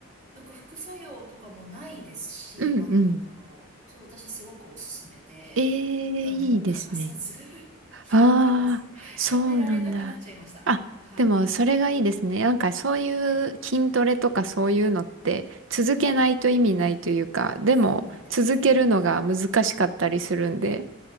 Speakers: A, on the right; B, on the right.
A: なんか副作用とかもないですし、
B: うんうん。
A: 今のところ。そう、私すごくおすすめで。
B: ええ、
A: なのでもう欠かさず
B: いいですね。
A: <laughs>
B: ああ、
A: やってます。
B: そうなんだ。
A: やめられなくなっちゃいました。
B: あ、
A: はい。
B: でもそれがいいですね。なんかそういう筋トレとかそういうのって続けないと意味ないというか、
A: はい。はい。
B: でも続けるのが難しかったりするんで、
A: そうなんですよ。そうなんですよ。はい。